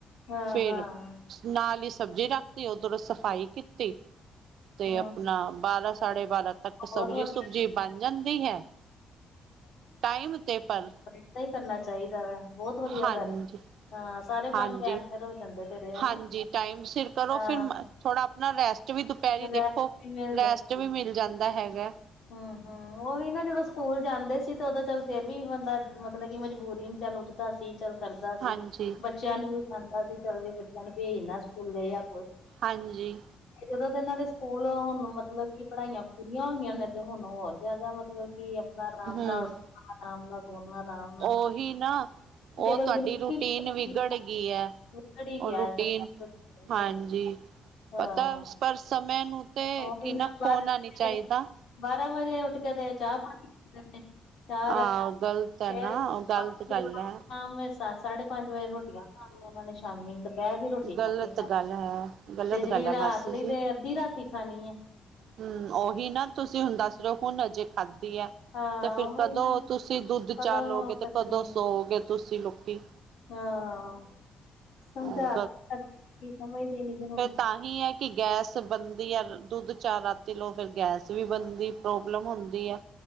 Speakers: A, on the left; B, on the right.
A: ਹਾਂ
B: ਫੇਰ
A: ਹਾਂ
B: ਨਾਲ ਹੀ ਸਬਜ਼ੀ ਰੱਖਤੀ ਉਧਰੋਂ ਸਫ਼ਾਈ ਕੀਤੀ। ਤੇ
A: ਹਾਂ
B: ਆਪਣਾ ਬਾਰਾਂ- ਸਾਢੇ ਬਾਰਾਂ ਤੱਕ ਸਬਜ਼ੀ-
A: ਬਹੁਤ ਵਧੀਆ
B: ਸੁਬਜੀ ਬਣ ਜਾਂਦੀ ਹੈ। ਟਾਈਮ ਤੇ ਪਰ
A: ਏ ਹੀ ਕਰਨਾ ਚਾਹੀਦਾ ਵਾ ਬੋਤ ਵਧੀਆ
B: ਹਾਂਜੀ
A: ਕਰ, ਹਾਂ ਸਾਰੇ ਕੰਮ
B: ਹਾਂਜੀ
A: ਟੈਂਮਸਿਰ ਹੋ ਜਾਂਦੇ ਤੇਰੇ ਹਨਾ
B: ਹਾਂਜੀ, ਟਾਈਮ ਸਿਰ ਕਰੋ
A: ਹਾਂ
B: ਫੇਰ ਥੋੜਾ ਪਨਾ ਰੈਸਟ ਵੀ ਦੁਪਹਿਰੀ ਦੇਖੋ,
A: ਰੈਸਟ ਵੀ ਮਿਲ
B: ਰੈਸਟ
A: ਜਾਂਦੀ
B: ਵੀ ਮਿਲ ਜਾਂਦਾ ਹੈਗਾ।
A: ਹੂੰ-ਹੂੰ ਉਹੀ ਨਾ ਜਦੋਂ ਸਕੂਲ ਜਾਂਦੇ ਸੀ ਤੇ ਉਦੋਂ ਚੱਲ ਫੇਰ ਵੀ ਬੰਦਾ ਮਤਲਬ ਕਿ ਮਜਬੂਰੀ ਨੂੰ ਚੱਲ ਉੱਠਦਾ ਸੀ ਚੱਲ ਕਰਦਾ ਸੀ
B: ਹਾਂਜੀ
A: ਬੱਚਿਆਂ ਨੂੰ ਵੀ ਉਠਾਉਂਦਾ ਸੀ ਚੱਲ ਵੀ ਬੱਚਿਆਂ ਨੂੰ ਭੇਜਣਾ ਸਕੂਲੇ ਜਾਂ ਕੁਛ
B: ਹਾਂਜੀ।
A: ਏ ਜਦੋਂ ਦੇ ਨਾਲੇ ਸਕੂਲ ਹੁਣ ਮਤਲਬ ਕਿ ਪੜਾਈਆਂ ਪੂਰੀਆਂ ਹੋਈਆਂ ਨੇ। ਤੇ ਹੁਣ ਹੋਰ ਜਿਆਦਾ ਮਤਲਬ ਕਿ ਆਪਣਾ ਆਰਾਮ
B: ਹਮ
A: ਨਾਲ ਆਰਾਮ ਨਾਲ ਸੋਣਾ ਆਰਾਮ ਨਾਲ
B: ਉਹੀ ਨਾ ਉਹ
A: ਟੇਬਲ
B: ਤੁਹਾਡੀ
A: ਬਿਲਕੁਲ
B: ਰੂਟੀਨ ਵਿਗੜ
A: ਹੀ
B: ਗਈ ਐ।
A: ਵਿਗੜ ਹੀ
B: ਉਹ
A: ਗਿਆ
B: ਰੂਟੀਨ,
A: ਟਾਈਮ
B: ਹਾਂਜੀ।
A: ਹਾਂ।
B: ਪਤਾ ਪਰ ਸਮੇਂ ਨੂੰ ਤੇ
A: ਉਹੀ
B: ਕੀ ਨਾ
A: ਬਾਰਾਂ
B: ਖੋਣਾ
A: ਵਜੇ
B: ਨੀ ਚਾਹੀਦਾ।
A: ਬਾਰਾਂ ਵਜੇ ਉਠ ਕੇ ਤੇ ਚਾਹ ਪਾਣੀ ਪੀਂਦੇ ਨੇ
B: ਆਹ
A: ਕੇ
B: ਗ਼ਲਤ ਹੈ
A: ਫੇਰ
B: ਨਾ ਉਹ ਗ਼ਲਤ
A: ਪੰਜ
B: ਗੱਲ
A: ਛੇ <unintelligible> ਤਾਂ
B: ਹੈ
A: ਸਾਢੇ ਪੰਜ ਵਜੇ ਰੋਟੀਆਂ ਖਾਣਦਿਆਂ ਇਹਨਾਂ ਨੇ ਸ਼ਾਮੀਂ ਦੁਪਹਿਰ ਦੀ ਰੋਟੀ ਖ
B: ਗ਼ਲਤ
A: ਖਾਨੀ,
B: ਗੱਲ ਹੈ ਗ਼ਲਤ
A: ਤੇ ਜਿਹੜੀ
B: ਗੱਲ ਹੈ
A: ਰਾਤ
B: ਮਾਸੀ
A: ਦੀ ਤੇ ਅੱਧੀ ਰਾਤੀ ਖਾਣੀ ਏ।
B: ਹੂੰ ਉਹੀ ਨਾ ਤੁਸੀਂ ਹੁਣ ਦੱਸ ਰਹੇ ਹੋ ਹੁਣ ਅਜੇ ਖਾਦੀ ਆਂ।
A: ਹਾਂ
B: ਤੇ ਫੇਰ
A: ਉਹੀ
B: ਕਦੋਂ
A: ਨਾ
B: ਤੁਸੀਂ ਦੁੱਧ ਚਾਹ
A: ਕਦੋਂ
B: ਲਉਗੇ ਤੇ
A: ਪਚਣੀ
B: ਕਦੋਂ ਸੋਓਗੇ ਤੁਸੀਂ ਲੋਕੀ।
A: ਹਾਂ, ਸਮਝਾ
B: ਉਹ
A: ਕੀ <unintelligible> ਸਮਝਦੇ ਨੀ ਫੇਰ ਹੁਣ
B: ਤਾਂਹੀ ਆਂ ਕਿ ਗੈਸ ਬਣਦੀ ਆ ਦੁੱਧ ਚਾਹ ਰਾਤੀ ਲਓ ਫੇਰ ਗੈਸ ਵੀ ਬਣ ਦੀ ਪ੍ਰੋਬਲਮ ਹੁੰਦੀ ਆਂ।